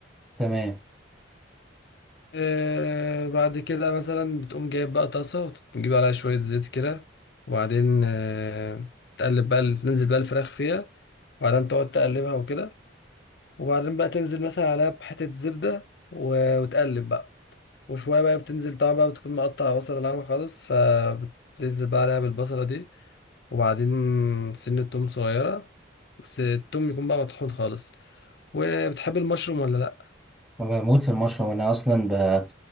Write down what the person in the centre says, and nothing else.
تمام
أنا بموت في المشروم انا اصلا ب...